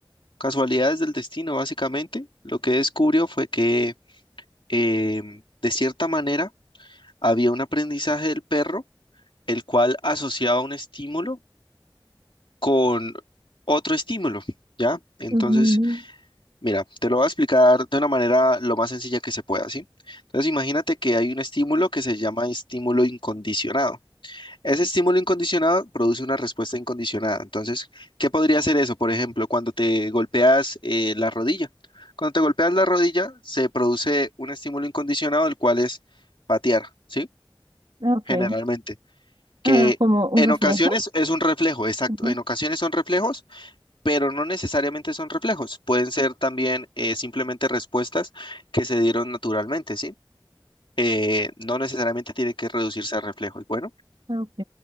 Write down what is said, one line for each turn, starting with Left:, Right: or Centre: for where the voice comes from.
Left: casualidades del destino, básicamente, lo que descubrió fue que em, de cierta manera, había un aprendizaje del perro, el cual asociaba un estímulo con otro estímulo, ¿ya? Entonces,
Right: Ujú.
Left: mira, te lo voy a explicar de una manera lo más sencilla que se pueda, ¿sí? Entonces, imagínate que hay un estímulo que se llama estímulo incondicionado. Ese estímulo incondicionado produce una respuesta incondicionada. Entonces, ¿qué podría ser eso? Por ejemplo, cuando te golpeas eh, la rodilla. Cuando te golpeas la rodilla, se produce un estímulo incondicionado, el cual es patear, ¿sí?
Right: Ah, Ok.
Left: Generalmente. Que
Right: Ah, como un
Left: en
Right: reflejo.
Left: ocasiones es un reflejo, exacto.
Right: Ujú,
Left: En ocasiones son reflejos, pero no necesariamente son reflejos. Pueden ser también eh, simplemente respuestas que se dieron naturalmente, ¿sí? Eh, no necesariamente tiene que reducirse a reflejos. Bueno.
Right: ah, Ok.